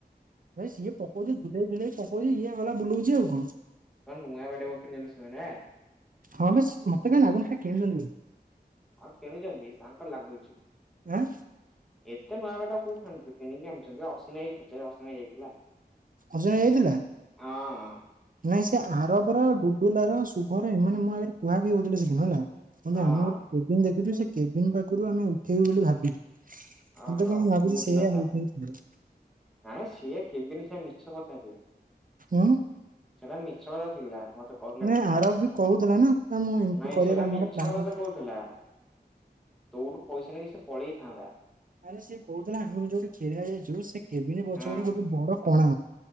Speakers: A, on the right (about 55°); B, in the centre.
A: ଭାଇ ସିଏ ପକଉଚି ଝୁଲାଇ ଝୁଲାଇ ପକଉଚି ଇଏ ଗଲା ବୁଲଉଚି ଆଉ କଣ।
B: କଣ ନୁଆ ବାଟ <unintelligible>
A: ହଁ ବେଶ। ମୋତେ କାଇଁ ଲାଗୁନି ସେଇଟା କିଣିଛନ୍ତି ବୋଲି।
B: ଆଉ କିଣୁଛନ୍ତି ସାଙ୍କ ଲାଗୁଛି।
A: ଆଁ
B: ଏତେ ନୂଆ ବଟା କୋଉଠି କିଣିକି ଆଣିଛନ୍ତି ଅସିନି ଭାଇକୁ ପଚାରିବ ଅସିନି ଭାଇ ଯାଇଥିଲା।
A: ଅସନି ଭାଇ ଯାଇଥିଲା।
B: ହଁ
A: ନାଇଁ ସେ ଆରବର ଡୁଡୁନାର ଶୁଭର ଏମାନେ ମୋ କୁହାକୁହି ହଉଥିଲେ ସେଦିନ ହେଲା। ଆମେ
B: ହଁ
A: ଗୋଟେ ଫିଲ୍ମ ଦେଖିଛୁ କେବିନ୍ ପାଖରୁ ଆମେ ଉଠେଇବୁ ବୋଲି ଭାବିଛୁ।
B: ଓହୋ
A: ମୁଁ ତ କାହିଁ ଭାବୁଛି
B: ଏମିତି
A: ସେଇଆ
B: କଥା।
A: ହେଇଥାଇପାରେ
B: ନାଇଁ ସିଏ କେବିନି ସେ <unintelligible>
A: ଉଁ
B: ସେଟା ମିଛ <unintelligible> କହିଲା
A: ନାଇଁ
B: କହିଲା
A: ଆରବ ବି କହୁଥିଲା ନା କହିଲା ମୁଁ ଏମିତି
B: ନାଇଁ
A: କରିବାର
B: ସେଇଟା
A: ଆମର
B: ମିଛ
A: ପ୍ଲାନ୍
B: କଥାଟା
A: ଅଛି।
B: କହୁଥିଲା। ତୋଉଠୁ ପଇସା ନେଇକି ସେ ପଳେଇଥାନ୍ତା।
A: ଆରେ ସିଏ କହୁଥିଲା ଆମେ ଯୋଉଠି ଖେଳିବାକୁ ଯାଇଛୁ। ସେ କେବିନି ପଛ
B: ହଁ
A: ପଟେ ଗୋଟେ ବଡ କଣା।